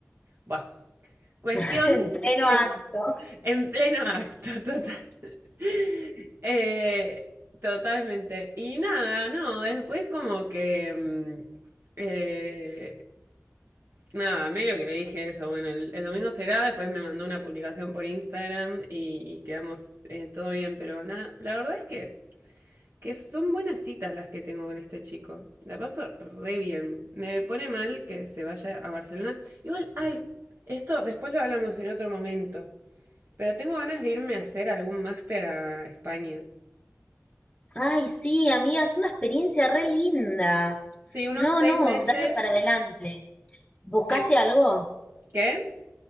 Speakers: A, on the right (about 50°); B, on the left (about 20°).
A: Buah. Cuestión...
B: <laughs> En pleno
A: <laughs>
B: acto.
A: En pleno acto, total. <laughs> Eh, totalmente. Y nada, no, después como que... mm, eh, nada, medio que le dije eso. Bueno, el, el domingo será, después me mandó una publicación por Instagram y, y quedamos eh, todo bien, pero nada, la verdad es que, que son buenas citas las que tengo con este chico. La paso re bien. Me pone mal que se vaya a Barcelona. Igual, ay, esto después lo hablamos en otro momento. Pero tengo ganas de irme a hacer algún máster a España.
B: Ay, sí, amiga, es una experiencia re linda.
A: Sí, unos
B: No,
A: seis
B: no,
A: meses.
B: dale para adelante. ¿Buscaste
A: Sí.
B: algo?
A: ¿Qué?